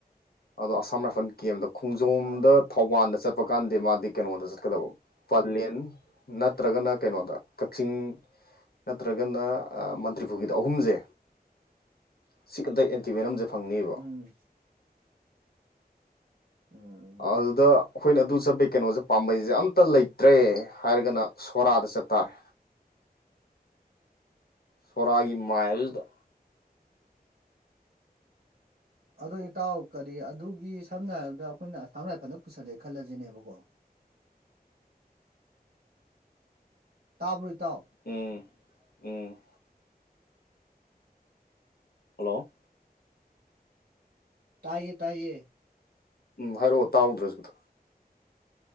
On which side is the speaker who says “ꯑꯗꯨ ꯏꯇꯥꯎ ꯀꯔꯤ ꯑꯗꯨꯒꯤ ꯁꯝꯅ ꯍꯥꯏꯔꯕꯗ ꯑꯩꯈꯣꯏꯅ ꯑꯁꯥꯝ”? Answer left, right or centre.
Right